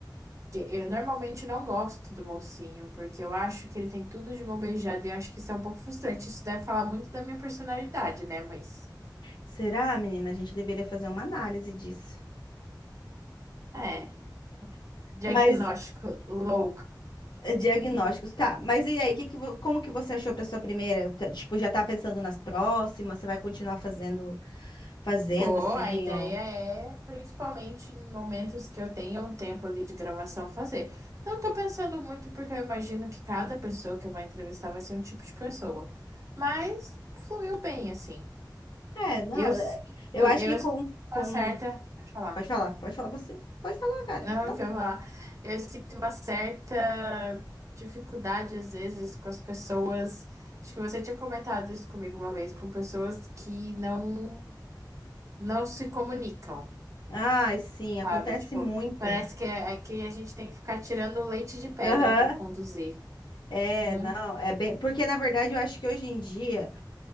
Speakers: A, on the right; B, on the left.
A: que eu normalmente não gosto do mocinho, porque eu acho que ele tem tudo de mão beijada e eu acho que isso é um pouco frustrante. Isso deve falar muito da minha personalidade, né? Mas
B: Será, menina? A gente deveria fazer uma análise disso.
A: é, diagnóstico
B: Mas
A: louco.
B: É, Diagnósticos, tá. Mas e aí, que que, vo- como que você achou para sua primeira? Tá, Tipo, já tá pensando nas próximas? Você vai continuar fazendo, fazendo
A: Vou,
B: assim,
A: a ideia
B: ou...
A: é, principalmente em momentos que eu tenha um tempo ali de gravação, fazer. Não tô pensando muito, porque eu imagino que cada pessoa que eu vou entrevistar vai ser um tipo de pessoa. Mas fluiu bem, assim.
B: É, não,
A: Eu
B: é,
A: sinto,
B: eu
A: eu
B: acho que com,
A: sinto
B: com...
A: uma certa. Pode falar.
B: Pode falar, pode falar você. Pode falar, cara.
A: Não,
B: Fala.
A: que eu vou falar. Eu sinto uma certa dificuldade, às vezes, com as pessoas. Acho que você tinha comentado isso comigo uma vez, com pessoas que não, não se comunicam,
B: Ai, sim, acontece
A: sabe? Tipo,
B: muito.
A: parece que é, é que a gente tem que ficar tirando leite de pedra
B: Aham.
A: para conduzir.
B: É,
A: Uhum.
B: não, é bem... Porque, na verdade, eu acho que hoje em dia...